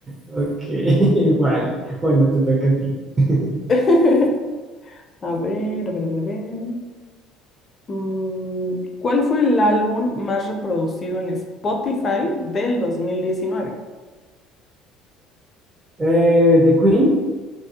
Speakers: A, on the right (about 25°); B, on the left (about 35°).
A: Ok, <laughs> vale. Bueno, te toca a ti. <laughs>
B: <laughs> A ver, a ver, a ver, a ver. Mm, ¿cuál fue el álbum más reproducido en Spotify del 2019?
A: Eh, The Queen,